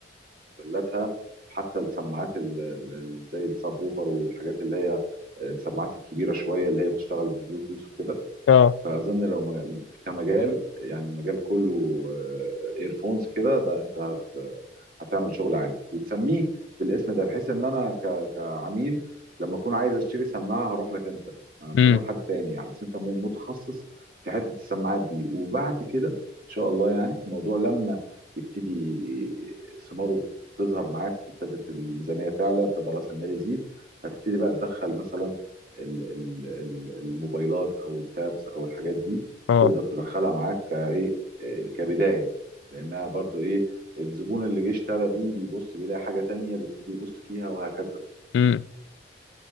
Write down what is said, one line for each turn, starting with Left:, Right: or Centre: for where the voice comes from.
Right: بموديلاتها وحتى السماعات ال- ال- ال- زي السبوفر والحاجات اللي هي آه، السماعات الكبيره شويه اللي هي بتشتغل ببلوتوث وكده
Left: اه
Right: فاظن لو مج- كمجال يعني مجال كله ايرفونز كده ده انت هتعمل شغل عالي وتسميه بالاسم ده بحيث ان انا ك... كعميل لما اكون عايز اشتري سماعه هروح لك انت ما مش
Left: امم
Right: هروح لحد تاني يعني بس انت م- متخصص في حته السماعات دي وبعد كده ان شاء الله يعني الموضوع لما يبتدي ي- ثماره تظهر معاك ابتدت الميزانيه تعلى ابتدى راس المال يزيد هتبتدي بقى تدخل مثلا ال- ال- ال- الموبايلات او التابس او الحاجات دي
Left: اه
Right: تقدر تدخلها معاك كايه إيه، آه، كبدايه لانها برضو ايه الزبون اللي جه اشترى دي بيبص بيلاقي حاجة تانية بيبتدي يبص فيها وهكذا
Left: امم